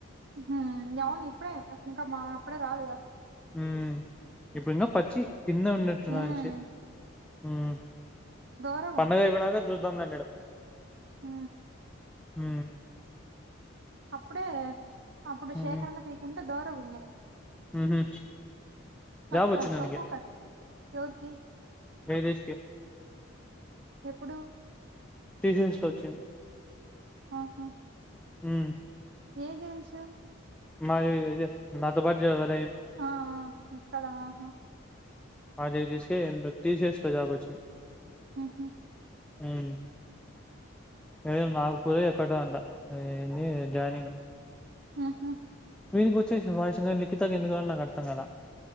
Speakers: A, on the right (about 60°); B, in the centre.
A: ఆ అవును ఇప్పుడే అప్ ఇంకా మా అప్పుడే రాదు కదా
B: హ్మ్మ్ ఇప్పుడు ఇంగా పచ్చి కింద విన్నట్న్నాంచి
A: హ్మ్
B: హ్
A: దోరగా
B: పండగ అయిపోయినాక ద్దంలే అన్నేడు
A: హు
B: హు
A: అప్పుడే అప్పుడు
B: మ్మ్
A: శేఖరన్న పీకింటే దోరగా ఉన్నేయి
B: మ్హు
A: పచ్చ
B: జాబ్ వచ్చింది వానికి
A: తక్కువ కార్చ్ ఎవరికి
B: ఏరిసెకె
A: ఎప్పుడు
B: తీసేస్కో వచ్చి
A: అహా
B: హు
A: ఏ జనిష
B: మాది ఇ ఇదే నాతో పాటి జావర్
A: ఆ ఇక్కడ అ
B: ఆది తీసెయ్ ఎందుక్ తీసేస్త జాబ్ వచ్చే
A: హు హు
B: మ్మ్ ఏదో నాగపూర్ ఎక్కడో అంట అది ఏందీ జాయినింగ్
A: మ్మ్ హ్మ్
B: వీనికి వచ్చేసింది వాయిస్ లిఖితాకు ఎందుకు రాల నాకు అర్థం కాలా